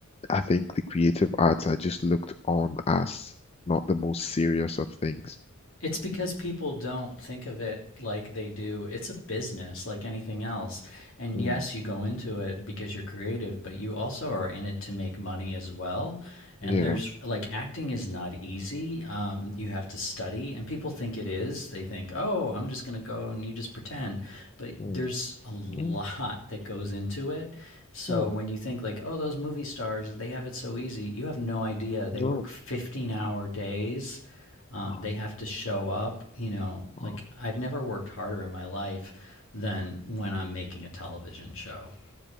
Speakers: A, on the left; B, on the left.
A: I think the creative arts are just looked on as not the most serious of things.
B: It's because people don't think of it like they do. It's a business like anything else. And
A: Mm,
B: yes, you go into it because you're creative, but you also are in it to make money as well. And
A: yeah.
B: there's like acting is not easy. Um, you have to study, and people think it is. They think, oh, I'm just going to go and you just pretend. But there's
A: Mm,
B: a lot
A: mm,
B: that goes into it. So
A: mm,
B: when you think like, oh, those movie stars, they have it so easy, you have no idea. They
A: no.
B: work 15 hour days uh,
A: Wow.
B: they have to show up. You know,
A: Wow.
B: like I've never worked harder in my life than when I'm making a television show.